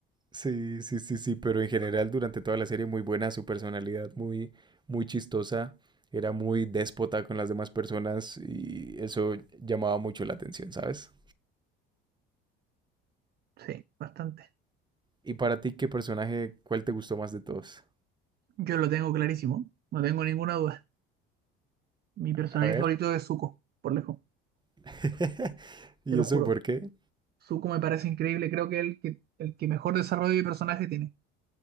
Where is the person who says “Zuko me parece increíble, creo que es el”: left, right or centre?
Right